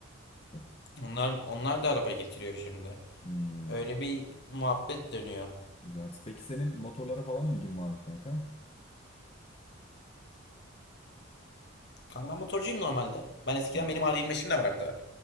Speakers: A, on the left; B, on the left.
A: Çok
B: Onlar onlar da araba getiriyor şimdi.
A: Hmm,
B: Öyle bir muhabbet dönüyor.
A: güzel. Peki senin motorlara falan ilgin var mı kanka?
B: Kanka ben motorcuyum normalde. Ben eskiden
A: Ha,
B: benim R25'im de vardı.